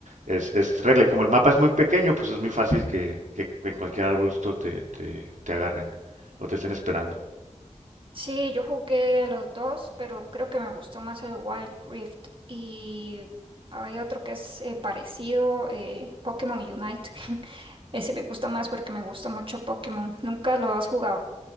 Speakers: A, on the right (about 75°); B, on the right (about 45°).
A: es, es regla. Y como el mapa es muy pequeño, pues es muy fácil que, que, que en cualquier arbusto te, te, te agarren o te estén esperando.
B: Sí, yo jugué los dos, pero creo que me gustó más el Wild Rift. Y hay otro que es eh, parecido, eh, Pokémon Unite. <laughs> Ese me gusta más porque me gusta mucho Pokémon. ¿Nunca lo has jugado?